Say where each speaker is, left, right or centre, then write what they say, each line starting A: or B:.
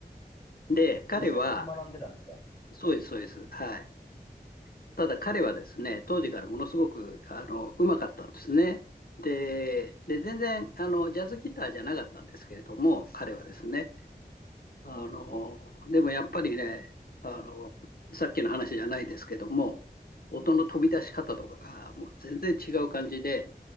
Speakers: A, on the left (about 60°); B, on the left (about 30°).
A: で、彼は、
B: 一緒に学んでたんですか
A: そうです、そうです。はい。ただ彼はですね、当時からものすごく、あの、うまかったんですね。で、で、全然、あの、ジャズギターじゃなかったんですけれども、彼はですね、あの、でもやっぱりね、あの、さっきの話じゃないですけども、音の飛び出し方とかがもう全然違う感じで、